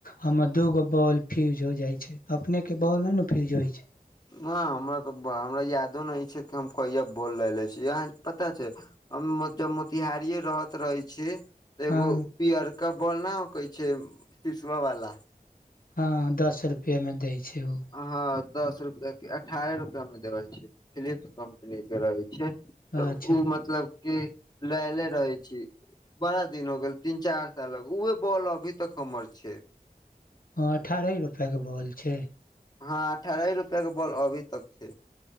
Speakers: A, on the left; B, on the left.
A: हमर दूगो बॉल फ्यूज हो जाय छै, अपने के बॉल न न फ्यूज होइ छै
B: हँ हमरा तऽ ब हमरा तऽ यादो नय छै कि हम कहिया बोल लेलै छी अहाँ के पता छै? हम मोत मोतिहारीए रहत रहै छी एगो
A: हँ
B: पियरका बॉल न होकै छै, पिशुआ वाला
A: हँ, दस रुपैएमे दै छै उ
B: हाँ दस रुपआ की, अठारह रुपआ मे देबे छै। फिलिप्स कम्पनी के रहै छै तऽ
A: अच्छा
B: ओ मतलब कि लयले रहै छी बड़ा दिन हो गेल, तीन-चार सालक। उहे बॉल अभी तक हमर छै
A: हँ अठारह रुपैयाके बोल छै?
B: हँ अठारह रुपया के बॉल अभी तक छै